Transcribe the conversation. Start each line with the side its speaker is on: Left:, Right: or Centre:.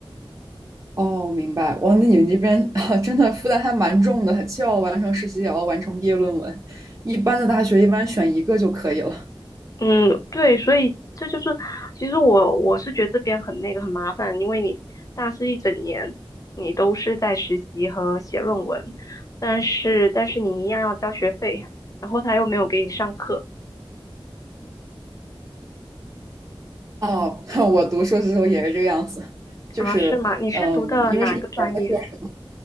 Right: 哦，明白。哇，那你们这边啊 <laughs> 真的负担还蛮重的，既要完成实习，也要完成毕业论文。一般的大学一般选一个就可以了。
Left: 嗯，对，所以这就是，其实我我是觉得这边很那个很麻烦，因为你大四一整年你都是在实习和写论文，但是但是你一样要交学费，然后他又没有给你上课
Right: 哦，<laughs> 我读硕士的时候也是这个样子，就是嗯，
Left: 啊，是吗？你是读的哪个专业啊？
Right: 因为是一年的是